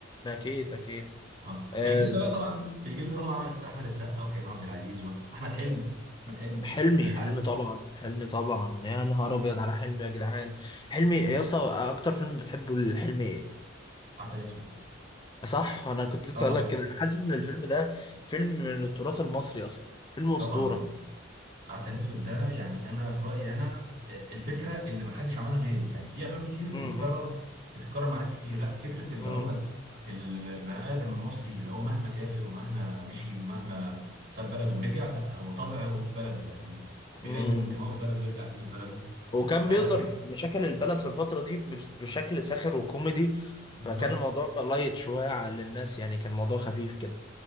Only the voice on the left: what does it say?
اكيد اكيد
آه،
حلمي
حلمي طبعا حلمي طبعا يا نهار ابيض على حلمي يا جدعان حلمي يا اسطى اكتر فيلم بتحبه الحلمي ايه
صح انا كنت لسه
هقول لك كده انا حاسس ان الفيلم ده فيلم من التراث المصري اصلا فيلم
اسطوره
امم
امم
امم
وكان
بيظهر
في مشاكل البلد في الفتره دي بش- بشكل ساخر وكوميدي
فكان الموضوع بقى لايت شويه على الناس يعني كان الموضوع خفيف كده